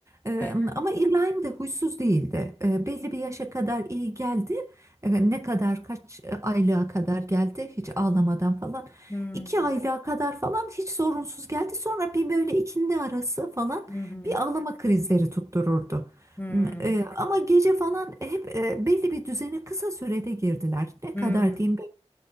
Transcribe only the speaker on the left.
<laughs>
Hmm,
hı hı,
hı
hı,